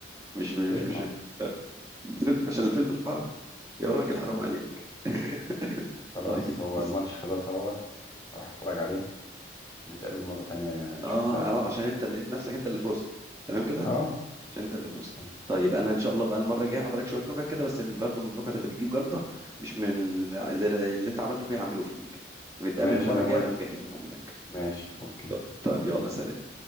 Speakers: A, on the right; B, on the left.
A: مش مش
B: ليه
A: مش آه، فلفل عشان الفلفل حر يا راجل حرام
B: ما
A: عليك <laughs>
B: خلاص
A: طيب
B: هو
A: بس
B: الماتش خلاص اهوت راح اتفرج عليه نتقابل مرة تانية نشوف
A: اه
B: الألعاب
A: اه عشان انت اللي لقيت نفسك انت اللي فزت تمام كده
B: دي اه
A: عشان انت
B: مم.
A: اللي فزت
B: تمام.
A: طيب انا ان شاء الله بقى المره الجايه هحضرك شويه نكت كده بس اللي برضو من النكت اللي بتجيب جلطه مش من ال- زي اللي انت عملته فيها هعمله فيك ونتقابل
B: ماشي
A: المره
B: انا
A: الجايه
B: موافق
A: ابقى مجهزهم لك
B: ماشي اوكي
A: ط- طيب يلا سلام